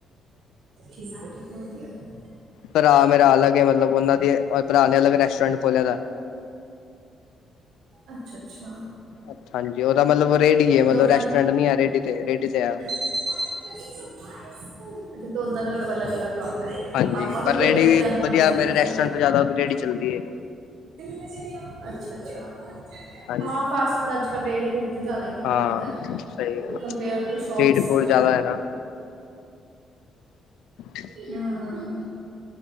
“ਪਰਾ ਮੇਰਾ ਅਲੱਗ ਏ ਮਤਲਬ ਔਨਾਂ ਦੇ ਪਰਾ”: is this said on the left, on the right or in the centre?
Left